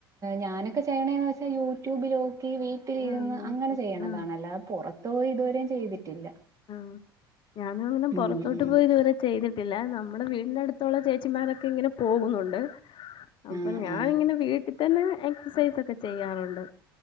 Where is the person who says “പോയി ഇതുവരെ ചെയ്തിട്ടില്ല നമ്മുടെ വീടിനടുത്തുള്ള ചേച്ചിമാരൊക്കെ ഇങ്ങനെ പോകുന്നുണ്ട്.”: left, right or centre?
Left